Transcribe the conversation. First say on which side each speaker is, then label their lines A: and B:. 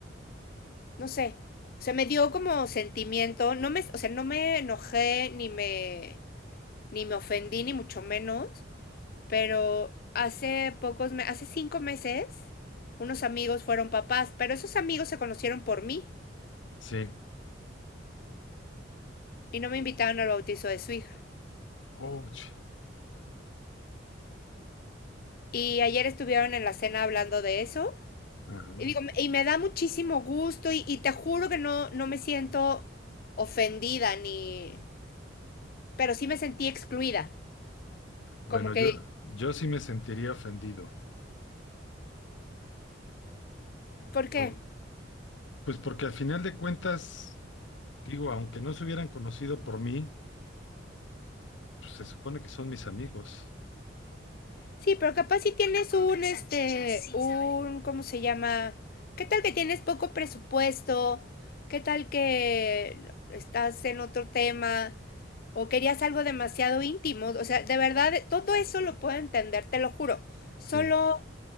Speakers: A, on the left; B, on the left.
A: no sé, o sea, me dio como sentimiento, no me, o sea, no me enojé ni me, ni me ofendí ni mucho menos, pero hace pocos meses, hace cinco meses, unos amigos fueron papás, pero esos amigos se conocieron por mí
B: sí.
A: y no me invitaron al bautizo de su hija.
B: Ouch.
A: Y ayer estuvieron en la cena hablando de eso.
B: Ajá.
A: Y, digo, y me da muchísimo gusto y, y te juro que no, no me siento ofendida ni... Pero sí me sentí excluida.
B: Bueno,
A: Como
B: yo,
A: que,
B: yo sí me sentiría ofendido.
A: ¿por qué?
B: por- pues porque al final de cuentas, digo, aunque no se hubieran conocido por mí, pues se supone que son mis amigos.
A: Sí, pero capaz si tienes un, este, un, ¿cómo se llama? ¿Qué tal que tienes poco presupuesto? ¿Qué tal que estás en otro tema? ¿O querías algo demasiado íntimo? O sea, de verdad, todo eso lo puedo entender, te lo juro. Solo,
B: Sí,